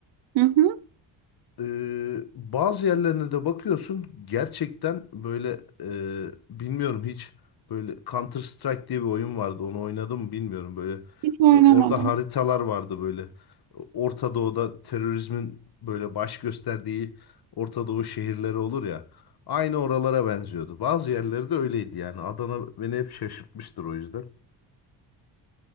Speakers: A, on the right (about 80°); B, on the left (about 55°).
A: Hı hı.
B: Eee, bazı yerlerine de bakıyorsun gerçekten böyle eee, bilmiyorum hiç böyle Counter Strike diye bir oyun vardı onu oynadım mı bilmiyorum böyle
A: Hiç oynamadım.
B: e, orada haritalar vardı böyle Orta Doğu'da terörizmin böyle baş gösterdiği Orta Doğu şehirleri olur ya aynı oralara benziyordu bazı yerleri de öyleydi yani Adana beni hep şaşırtmıştır o yüzden